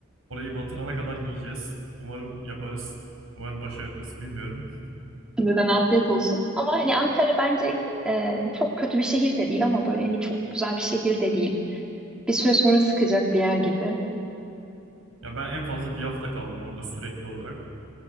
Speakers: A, on the right; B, in the centre.
A: orayı batırana kadar yiyeceğiz. Umarım yaparız. Umarım başarırız. Bilmiyorum.
B: Şimdiden afiyet olsun. Ama hani Ankara bence e, çok kötü bir şehir de değil ama böyle hani çok güzel bir şehir de değil. Bir süre sonra sıkacak bir yer gibi.
A: Ya ben en fazla bir hafta kaldım orada sürekli olarak.